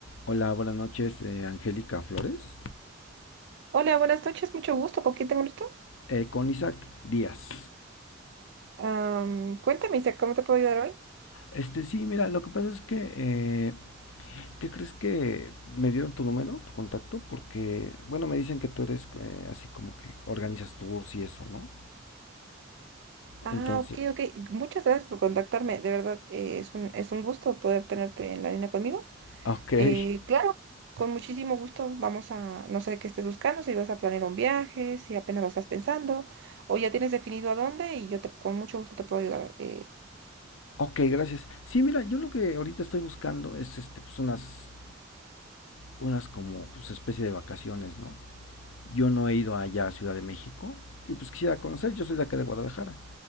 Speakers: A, on the left (about 80°); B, on the right (about 65°).
A: Hola, buenas noches, eh, Angélica Flores.
B: Hola, buenas noches, mucho gusto. ¿Con quién tengo el gusto?
A: Eh, con Isaac Díaz.
B: Am, cuéntame, Isa, ¿cómo te puedo ayudar hoy?
A: Este, sí, mira, lo que pasa es que, eh, ¿qué crees que me dieron tu número, tu contacto? Porque, bueno, me dicen que tú eres eh, así como que organizas tours y eso, ¿no?
B: Ah,
A: Entonces,
B: ok, ok. Muchas gracias por contactarme. De verdad, eh, es un, es un gusto poder tenerte en la línea conmigo.
A: <laughs>
B: Eh,
A: ok,
B: claro, con muchísimo gusto. Vamos a, no sé qué estés buscando, si vas a planear un viaje, si apenas lo estás pensando, o ya tienes definido a dónde y yo te, con mucho gusto te puedo ayudar. eh.
A: ok, gracias. Sí, mira, yo lo que ahorita estoy buscando es, este, pues unas, unas como, pues especie de vacaciones, ¿no? Yo no he ido allá a Ciudad de México y pues quisiera conocer, yo soy de acá de Guadalajara.